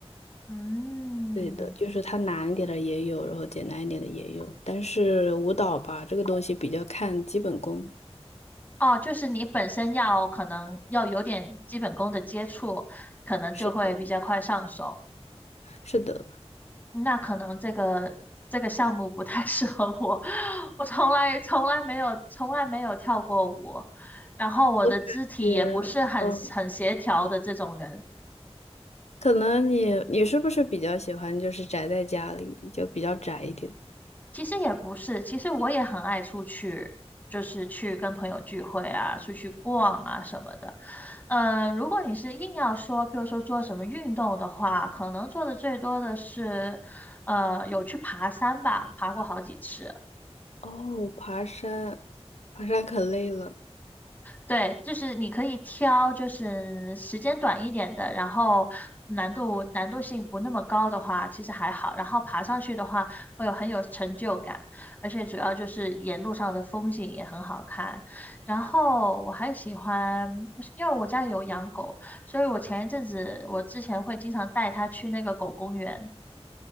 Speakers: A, on the left (about 15°); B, on the left (about 85°).
A: 嗯，
B: 对的，就是它难一点的也有，然后简单一点的也有，但是舞蹈吧，这个东西比较看基本功。
A: 哦，就是你本身要可能要有点基本功的接触，可能就会比较快上手。
B: 是的，是的，
A: 那可能这个这个项目不太 <laughs> 适合我，<laughs> 我从来从来没有从来没有跳过舞，然后我的肢体也不是很很协调的这种人。
B: 我感觉，嗯，可能你你是不是比较喜欢就是宅在家里，就比较宅一点？
A: 其实也不是，其实我也很爱出去，就是去跟朋友聚会啊，出去逛啊什么的。呃，如果你是硬要说，比如说做什么运动的话，可能做的最多的是，呃，有去爬山吧，爬过好几次。
B: 哦，爬山，爬山可累了。
A: 对，就是你可以挑，就是时间短一点的，然后难度难度性不那么高的话，其实还好。然后爬上去的话，会有很有成就感，而且主要就是沿路上的风景也很好看。然后我还喜欢，我是因为我家里有养狗，所以我前一阵子我之前会经常带它去那个狗公园。